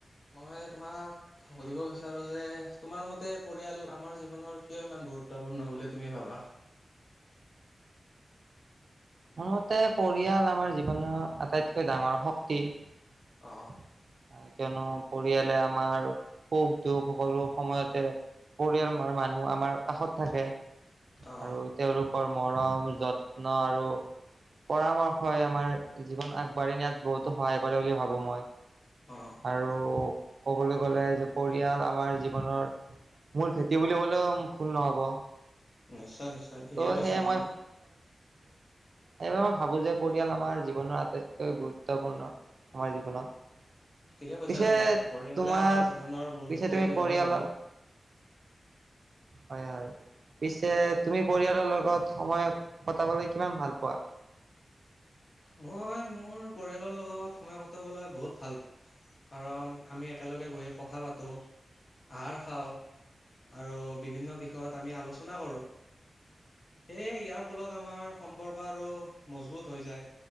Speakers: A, on the left (about 55°); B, on the right (about 65°).
A: মই তোমাক সুধিব বিচাৰো যে তোমাৰ মতে পৰিয়াল আমাৰ জীৱনৰ কিয় মান। গুৰুত্বপূৰ্ণ বুলি তুমি ভাবা-
B: সিহঁতে পৰিয়াল আমাৰ জীৱনৰ আটাইতকৈ ডাঙৰ শক্তি-
A: অ
B: কিয়নো। পৰিয়ালে আমাৰ সুখ দুখ সকলো সময়তে- পৰিয়াল মানুহ আমাৰ কাষত থাকে-
A: অ
B: আৰু তেওঁলোকৰ মৰম যত্ন আৰু পৰামৰ্শই আমাৰ জীৱন আগবাঢ়ি নিয়াত বহুতো সহায় কৰে বুলি ভাবো মই-
A: অ
B: আৰু ক'বলৈ গ'লে যে পৰিয়াল আমাৰ জীৱনৰ- মূল ভেটি বুলি ক'লেও ভুল নহব।
A: নিশ্চয় নিশ্চয় ঠিকে
B: ত'
A: কৈছা
B: সেয়ে
A: তুমি-
B: এইবাৰ মই ভাবোঁ যে পৰিয়াল আমাৰ জীৱনৰ আটাইতকৈ গুৰুত্বপূৰ্ণ আমাৰ জীৱনত-
A: ঠিকে কৈছা
B: পিছে
A: তুমি পৰিয়ালে
B: তোমাৰ
A: আমাৰ জীৱনৰ মূল
B: পিছে
A: ভেটি
B: তুমি
A: বুলি
B: পৰিয়ালত-
A: মইও ভাবো
B: হয় হয়। পিছে তুমি পৰিয়ালৰ লগত সময় কটাবলৈ কিমান ভাল পোৱা।
A: মই মোৰ পৰিয়ালৰ লগত সময় কটাবলৈ বহুত ভাল পাওঁ। কাৰণ আমি একেলগে বহি কথা পাতো আহাৰ খাওঁ। আৰু বিভিন্ন বিষয়ত আমি আলোচনা কৰো- সেয়ে ইয়াৰ ফলত আমাৰ সম্পৰ্ক আৰু মজবুত হৈ যায়।